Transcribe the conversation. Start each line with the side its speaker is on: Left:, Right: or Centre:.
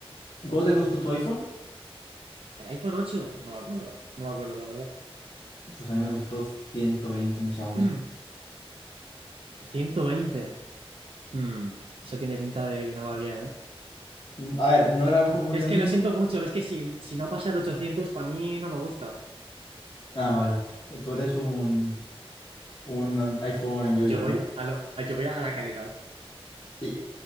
Left: ¿Y cuánto te costó tu iPhone?
Right: ¿El iPhone ocho, No me acuerdo. No me acuerdo, la verdad.
Left: Pues a mí me costó 120 mi Xiaomi.
Right: <clears throat> 120. Hmm, Eso tiene pinta de que no va bien, ¿eh?
Left: Mm, A ver, no era el mejor móvil
Right: Es
Left: del
Right: que
Left: mundo.
Right: lo siento mucho. Ves que si, si no pasa de 800, para mí no me gusta.
Left: Ah, vale. Eh, Tú eres un, un iPhone enjoyer,
Right: Yo voy
Left: ¿no?
Right: a lo- a- yo voy a la calidad.
Left: y